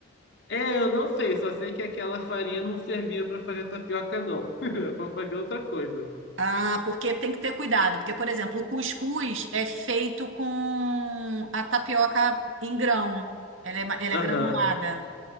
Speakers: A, on the left (about 60°); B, on the right (about 85°).
A: É, eu não sei, só sei que aquela farinha não servia pra fazer tapioca, não. <laughs> Era Pra fazer outra coisa.
B: Ah, porque tem que ter cuidado. Porque, por exemplo, o cuscuz é feito com a tapioca em grão. Ela é, ma- ela
A: Aham,
B: é granulada.